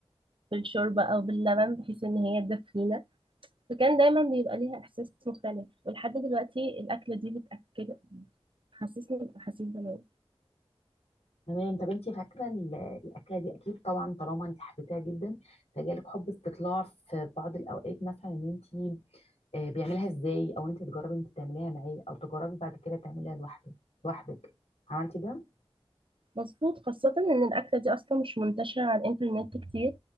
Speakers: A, on the right; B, on the left.
A: بالشوربه او باللبن بحيث ان هي تدفينا فكان دايما بيبقى ليها احساس مختلف ولحد دلوقتي الاكله دي بتاكل حسسني بأحاسيس زمان
B: تمام طب انت فاكرة ال- الأكلة دي أكيد طبعا طالما انت حبيتها جدا فجالك حب استطلاع في بعض الأوقات مثلا ان انت آه بيعملها ازاي أو انت تجربي انت تعمليها معاه أو تجربي بعد كده تعمليها لوحدك لوحدك عملتي ده؟
A: مظبوط خاصة إن الأكلة دي أصلا مش منتشرة على الإنترنت كتير